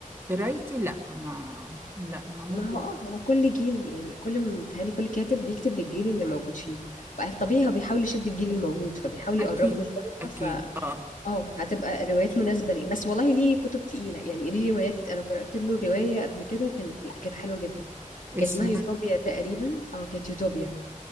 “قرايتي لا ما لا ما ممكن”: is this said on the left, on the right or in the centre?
Right